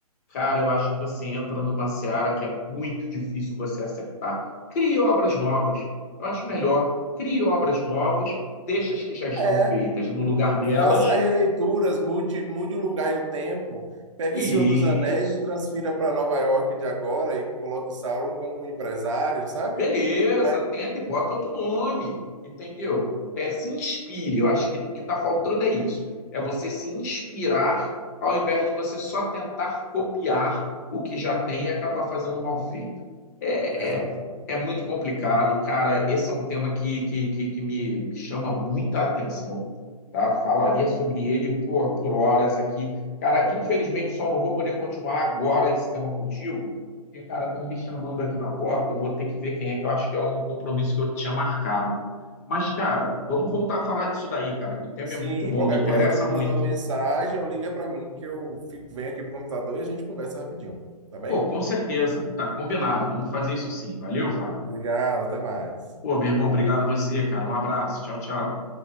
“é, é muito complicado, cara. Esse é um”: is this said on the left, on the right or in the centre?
Left